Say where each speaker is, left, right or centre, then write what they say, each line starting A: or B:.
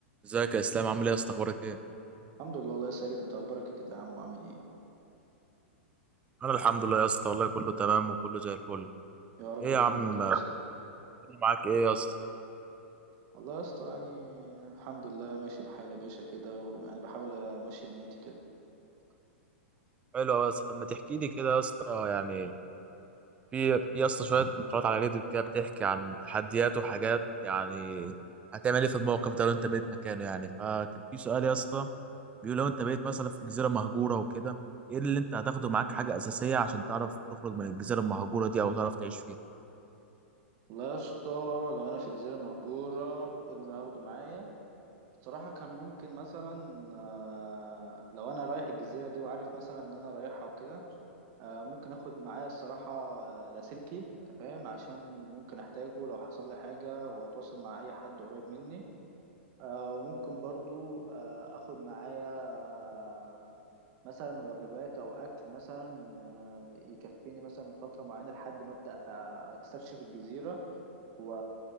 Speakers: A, on the right; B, on the right.
A: ازيك يا اسلام عامل ايه يا اسطى اخبارك ايه
B: الحمد لله الله يا ساجد انت اخبارك إيه كده يا عم وعامل ايه
A: انا الحمد لله يا اسطى والله كله تمام وكله زي الفل
B: يا رب
A: ايه
B: دايما
A: يا عم
B: كده
A: أنا
B: يا صديقي
A: معاك ايه يا اسطى
B: والله يا اسطى يعني الحمد لله ماشي الحال يا باشا كده ويعني بحاول امشي دنيتي كده
A: حلو أوي يا اسطى طب ما تحكي لي كده يا اسطى يعني في في يا اسطى شويه مقالات على ريديت كده بتحكي عن تحديات وحاجات يعني هتعمل ايه في الموقف ده لو انت بقيت مكانه يعني فكان في سؤال يا اسطى بيقول لو انت بقيت مثلا في جزيره مهجوره وكده ايه اللي انت هتاخده معاك حاجه اساسيه عشان تعرف تخرج من الجزيره المهجوره دي او تعرف تعيش فيها
B: والله يا اسطى لو انا في جزيره مهجوره ايه اللي هاخده معايا صراحه كان ممكن مثلا آه، لو انا رايح الجزيره دي وعارف مثلا ان انا رايحها وكده آه، ممكن اخد معايا الصراحه آه، لاسلكي انت فاهم عشان ممكن احتاجه لو حصل لي حاجه واتواصل مع اي حد قريب مني آه، وممكن برضو آه، اخد معايا آه، مثلا وجبات او اكل مثلا آه، يكفيني مثلا فتره معينه لحد ما ابدا أتع- استكشف الجزيره و-